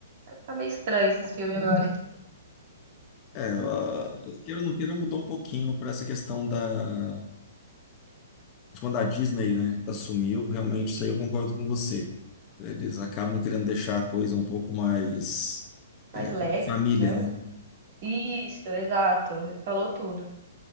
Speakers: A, on the right; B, on the left.
A: tá meio estranho esses filmes agora.
B: É, a- queira ou não queira, mudou um pouquinho para essa questão da... de Quando a Disney, né, assumiu, realmente isso aí eu concordo com você. Eles acabam querendo deixar a coisa um pouco mais
A: Mais
B: é,
A: leve,
B: família,
A: assim, né?
B: né?
A: Isso, exato. Falou tudo.